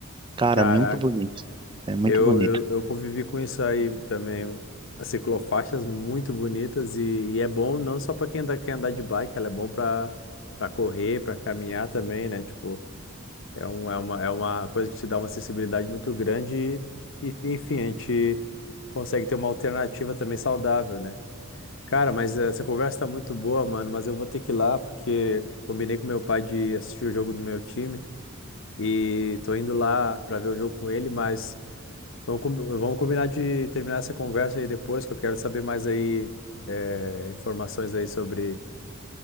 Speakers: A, on the right; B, on the left.
A: Cara,
B: caraca.
A: é muito bonito. É muito
B: Eu,
A: bonito.
B: eu, eu convivi com isso aí também. As ciclofaixas muito bonitas e, e é bom não só para quem anda, quer andar de bike, ela é bom para para correr, para caminhar também, né? Tipo, É, um, é, uma, é uma coisa que te dá uma acessibilidade muito grande e, e, enfim, a gente consegue ter uma alternativa também saudável, né? Cara, mas essa conversa tá muito boa, mano, mas eu vou ter que ir lá porque combinei com meu pai de assistir o jogo do meu time e tô indo lá pra ver o jogo com ele, mas vamos, com- vamos combinar de terminar essa conversa aí depois, que eu quero saber mais aí é, informações aí sobre,